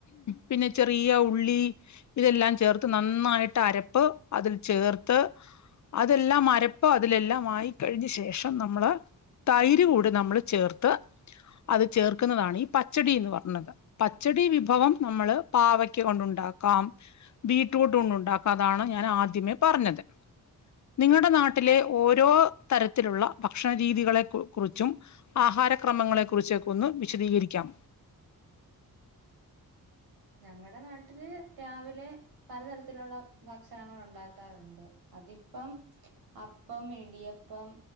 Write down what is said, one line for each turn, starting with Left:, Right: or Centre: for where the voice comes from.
Left: പിന്നെ ചെറിയ ഉള്ളി ഇതെല്ലാം ചേർത്ത് നന്നായിട്ട് അരപ്പ് അതിൽ ചേർത്ത് അതെല്ലാം അരപ്പ് അതിലെല്ലാം ആയിക്കഴിഞ്ഞ ശേഷം നമ്മള് തൈര് കൂടി നമ്മൾ ചേർത്ത് ത അത് ചേർക്കുന്നതാണ് ഈ പച്ചടി എന്ന് പറഞ്ഞത് പച്ചടി വിഭവം നമ്മള് പാവക്ക കൊണ്ടുണ്ടാക്കാം ബീട്രൂട്ട് കൊണ്ടുണ്ടാക്കാംതാണ് ഞാൻ ആദ്യമേ പറഞ്ഞത് നിങ്ങളുടെ നാട്ടിലെ ഓരോ തരത്തിലുള്ള ഭക്ഷണ രീതികളെ കുറിച്ചും ആഹാര ക്ര മ ങ്ങളെ കുറിച്ചൊക്ക ഒന്ന് വിശദീകരിക്കാം
Right: ഞങ്ങളുടെ നാട്ടില് രാവിലെ പലതരത്തിലുള്ള ഭക്ഷണങ്ങള് ഉണ്ടാക്കാറുണ്ട് അതിപ്പം അപ്പം ഇടിയപ്പം